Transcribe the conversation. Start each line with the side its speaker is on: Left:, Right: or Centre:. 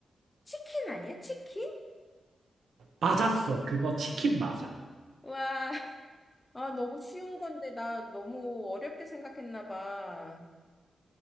Left: 치킨 아니야? 치킨?
Right: 맞았어. 그거 치킨 맞아.
Left: 와. 아, 너무 쉬운 건데, 나 너무 어렵게 생각했나 봐.